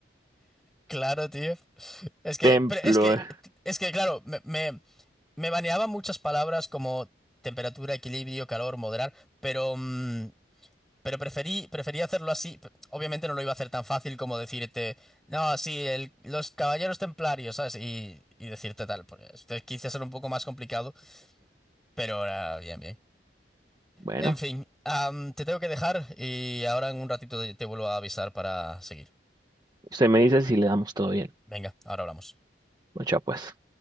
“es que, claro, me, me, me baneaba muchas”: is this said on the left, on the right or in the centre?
Centre